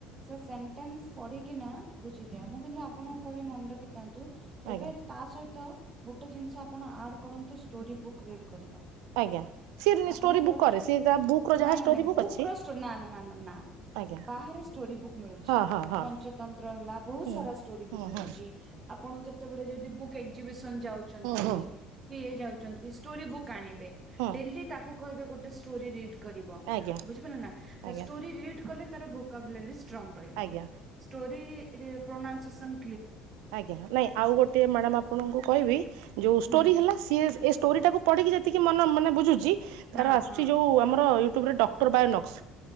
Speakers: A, on the right; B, on the right.
A: ସେ ସେଣ୍ଟେନ୍ସ ପଢିକିନା ବୁଝିଯାଏ। ମୁଁ କିନ୍ତୁ ଆପଣଙ୍କୁ କହିବି ମନ ରଖି ଥାନ୍ତୁ
B: ଆଜ୍ଞା
A: ଏବେ ତା ସହି ତ ଗୋଟେ ଜିନିଷ ଆପଣ ଆଡ କରନ୍ତୁ ଷ୍ଟୋରି ବୁକ୍ ରିଡ୍। କରିବା
B: ଆଜ୍ଞା ସିଏ
A: ଆପଣ
B: ଷ୍ଟୋରି
A: କରୁଚ
B: ବୁକ୍ କରେ ସିଏ ଯାହା ବୁକ୍ ର ଯାହା
A: ନାଇ ନାଇ
B: ଷ୍ଟୋରି
A: ବୁକ୍
B: ଅଛି
A: ର ଷ୍ଟୋରୀ ନା ନା ନା ନା
B: ଆଜ୍ଞା
A: ବାହାରେ ଷ୍ଟୋରୀ ବୁକ୍ ମିଳୁଛି
B: ହଁ ହଁ ହଁ
A: ପଞ୍ଚତନ୍ତ୍ର ହେଲା ବହୁତ୍
B: ହୁଁ
A: ସାରା ଷ୍ଟୋରୀ
B: ହୁଁ
A: ବୁକ୍ ମିଳୁଛି
B: ହୁଁ ହୁଁ
A: ଆପଣ ଯେତେବେଳେ ଯଦି ବୁକ୍ ଏକ୍ଜିବିସନ୍ ସନ୍ ଯାଉଛନ୍ତି
B: ହୁଁ
A: କି ଏ ଯାଉଛନ୍ତି ଷ୍ଟୋରୀ ବୁକ୍ ଆଣିବେ
B: ହୁଁ
A: ଡେଲି ତାକୁ କହେ ଗୋଟେ ଷ୍ଟୋରି ରିଡ କରିବ
B: ଆଜ୍ଞା
A: ବୁଝିପାରିଲ ନା ତ
B: ଆଜ୍ଞା
A: ଷ୍ଟୋରୀ ରିଡ କଲେ ତାର <unintelligible> ଷ୍ଟ୍ରଙ୍ଗ ରହିବ
B: ଆଜ୍ଞା
A: ଷ୍ଟୋରି ପ୍ରୋନାଉନସସନ
B: ଆଜ୍ଞା ନାଇଁ ଆଉ ଗୋଟେ ମ୍ୟାଡାମ ଆପଣଙ୍କୁ କହିବି ଯୋଉ ଷ୍ଟୋରି
A: ହୁଁ
B: ହେଲା ସିଏ ଏ ଷ୍ଟୋରିଟାକୁ ପଢ଼ିକି ଯେତିକି ମନ ମାନେ ବୁଝୁଛି ତାର
A: ହଁ
B: ଆସୁଛି
A: ହଁ
B: ଯୋଉ ଆମର ଏ ଇ୍ୟୁବରେ ଡକ୍ଟର ବାୟୋନକ୍ସ